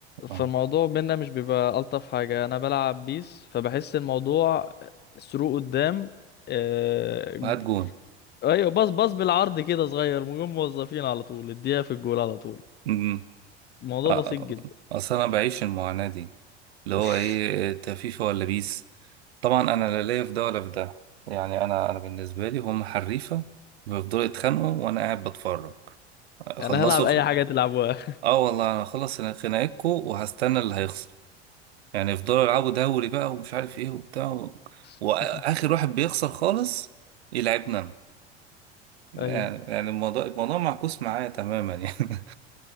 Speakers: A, on the left (about 30°); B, on the right (about 70°).
A: فالموضوع
B: اه
A: بينا مش بيبقى الطف حاجه انا بلعب بيس فبحس الموضوع سروق قدام آه،
B: هات جون
A: ايوه باص باص بالعرض كده صغير مجموعة موظفين على طول اديها في الجول على طول
B: امم.
A: الموضوع
B: اه،
A: بسيط جدا
B: أصل أنا بعيش المعاناة دي اللي هو
A: <laughs>
B: إيه انت فيفا ولا بيس طبعا أنا لا ليا في ده ولا في ده يعني أنا أنا بالنسبة لي هم حريفة بيفضلوا يتخانقوا وأنا قاعد بتفرج خلصوا
A: انا هلعب اي حاجه تلعبوها
B: اه والله انا هخلص خناقتكم وهستنى اللي هيخسر يعني يفضلوا يلعبوا دوري بقى ومش عارف ايه وبتاع و...
A: <laughs>
B: واخر واحد بيخسر خالص يلعبنا انا يعني
A: ايوه
B: يعني الموضوع الموضوع معكوس معايا تماما يعني <laughs>